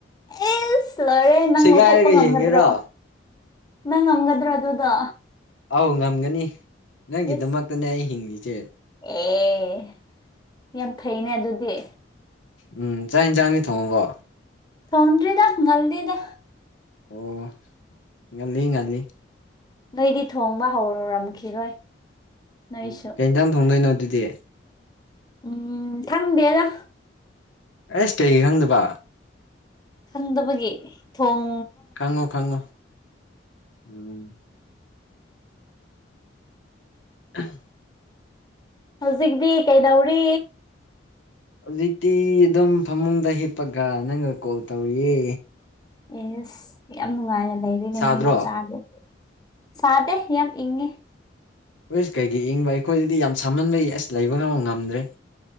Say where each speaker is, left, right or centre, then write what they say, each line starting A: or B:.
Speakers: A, on the left; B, on the left.
A: ꯑꯦꯁ ꯂꯣꯏꯔꯦ ꯅꯪ
B: ꯁꯦꯒꯥꯏꯔꯒ
A: ꯂꯧꯊꯣꯛꯄ ꯉꯝꯒꯗ꯭ꯔꯣ
B: ꯌꯦꯡꯒꯦꯔꯣ
A: ꯅꯪ ꯉꯝꯒꯗ꯭ꯔꯥ ꯑꯗꯨꯗꯣ
B: ꯑꯧ ꯉꯝꯒꯅꯤ ꯅꯪꯒꯤꯗꯃꯛꯇꯅꯦ
A: ꯏꯁ
B: ꯑꯩ ꯍꯤꯡꯂꯤꯁꯦ
A: ꯑꯦ ꯌꯥꯝ ꯐꯩꯅꯦ ꯑꯗꯨꯗꯤ
B: ꯎꯝ ꯆꯥꯛ ꯌꯦꯟꯁꯥꯡꯗꯤ ꯊꯣꯡꯉꯕꯣ
A: ꯊꯣꯡꯗ꯭ꯔꯤꯗ ꯉꯟꯂꯤꯗ
B: ꯑꯣ ꯉꯜꯂꯤ ꯉꯜꯂꯤ
A: ꯅꯣꯏꯗꯤ ꯊꯣꯡꯕ ꯍꯧꯔꯝꯈꯤꯔꯣꯏ ꯅꯣꯏꯁꯨ
B: ꯎꯝ ꯀꯩ ꯏꯟꯖꯥꯡ ꯊꯣꯡꯗꯣꯏꯅꯣ ꯑꯗꯨꯗꯤ
A: ꯎꯝ ꯈꯪꯗꯦꯗ
B: ꯑꯩꯁ ꯀꯩꯒꯤ ꯈꯪꯗꯕ
A: ꯈꯪꯗꯕꯒꯤ ꯊꯣꯡ
B: ꯈꯡꯉꯣ ꯈꯡꯉꯣ ꯎꯝ ꯑꯍꯝ
A: ꯍꯧꯖꯤꯛꯇꯤ ꯀꯩꯗꯧꯔꯤ
B: ꯍꯧꯖꯤꯛꯇꯤ ꯑꯗꯨꯝ ꯐꯃꯨꯡꯗ ꯍꯤꯞꯄꯒ ꯅꯪꯒ ꯀꯣꯜ ꯇꯧꯔꯤꯌꯦ
A: ꯑꯦꯁ ꯌꯥꯝ ꯅꯨꯡꯉꯥꯏꯅ ꯂꯩꯔꯤꯅꯦ
B: ꯁꯥꯗ꯭ꯔꯣ
A: ꯃꯤ ꯃꯆꯥꯗꯤ ꯁꯥꯗꯦ ꯌꯥꯝ ꯏꯪꯉꯤ
B: ꯏꯁ ꯀꯩꯒꯤ ꯏꯪꯕ ꯑꯩꯈꯣꯏꯗꯗꯤ ꯌꯥꯝ ꯁꯥꯝꯍꯟꯕꯒꯤ ꯑꯁ ꯂꯩꯕ ꯐꯥꯎ ꯉꯝꯗ꯭ꯔꯦ